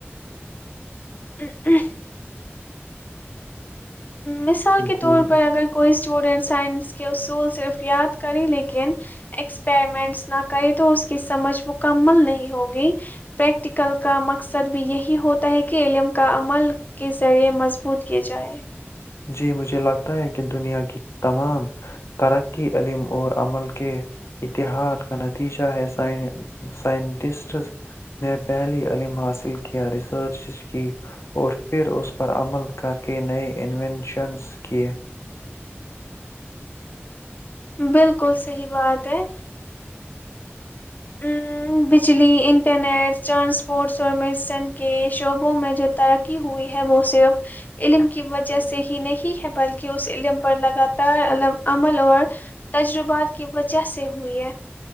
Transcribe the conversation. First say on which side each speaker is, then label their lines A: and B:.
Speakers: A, on the left; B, on the left.
A: ا مثال
B: جی
A: کے طور پر اگر کوئی اسٹوڈنٹ سائنس کے اصول صرف یاد کرے لیکن ایکسپریمنٹس نہ کرے تو اس کی سمجھ مکمل نہیں ہوگی پریکٹیکل کا مقصد بھی یہی ہوتا ہے کہ علم کا عمل کے ذریعے مضبوط کیے جائے
B: جی مجھے لگتا ہے کہ دنیا کی تمام ترقی علم اور عمل کے اتحاد کا نتیجہ ہے سائنٹسٹ نے پہلی علم حاصل کیا ریسرچ کی اور پھر اس پر عمل کر کے نئے انوونشنز کی
A: بالکل صحی بات ہے ا بجلی انٹرنیٹ ٹرانسپورٹس اور میڈیسن کے شعبوں میں جو ترقی ہوئی ہے وہ صرف علم کی وجہ سے ہی نہیں ہے بلکہ اس علم پر لگاتار ع عمل اور تجربات کی وجہ سے ہوئی ہے